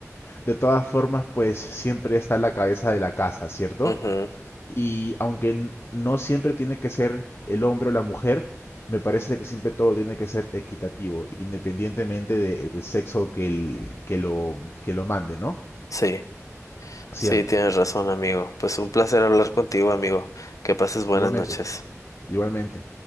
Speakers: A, on the left; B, on the left.
A: de todas formas pues siempre está la cabeza de la casa, ¿cierto?
B: Ujú,
A: Y aunque n- no siempre tiene que ser el hombre o la mujer, me parece que siempre todo tiene que ser equitativo, independientemente del sexo que, el- que lo, que lo mande, ¿no?
B: Sí,
A: Sí,
B: sí,
A: amigo.
B: tienes razón, amigo. Pues un placer hablar contigo, amigo. Que pases buenas
A: Igualmente,
B: noches.
A: igualmente.